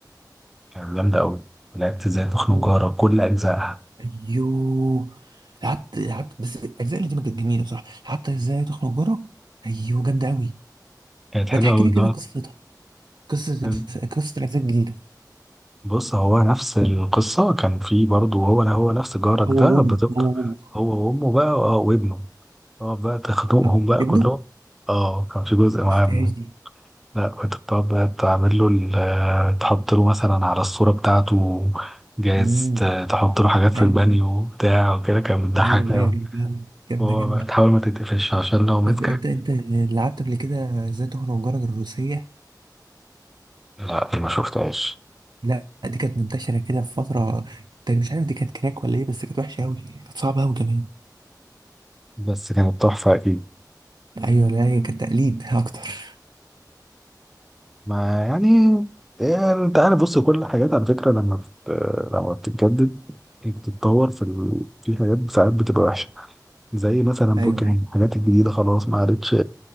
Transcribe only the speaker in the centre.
كانت جامدة أوي ولعبت إزاي تخنق
جارك كل أجزائها
كانت حلوة
أوي
ده
بص هو نفس القصة كان في برضه هو هو نفس جارك
ده
بتفضل
هو وأمه بقى اه وابنه اه بقى تخنقهم
بقى
كلهم
اه كان في جزء مع
ابنه
لا كنت بتقعد بقى تعمل له ال- آه، تحط له مثلا على الصورة بتاعته جايز
ت- تحط له حاجات في
البانيو
بتاع وكده كان بتضحكني
أوي
هو
بقى تحاول ما تتقفش عشان لو مسكك
لا دي ما شفتهاش
بس كانت تحفة أكيد
ما يعني يعني انت عارف بص كل الحاجات على فكرة لما بت... لما بتتجدد بتتطور في ال... في حاجات ساعات بتبقى وحشة زي مثلا
بوكيمون
الحاجات الجديدة خلاص ما عادتش